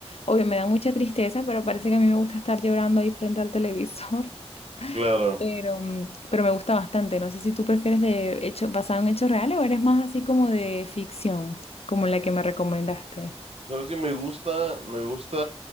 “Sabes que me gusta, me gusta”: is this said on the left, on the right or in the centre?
Right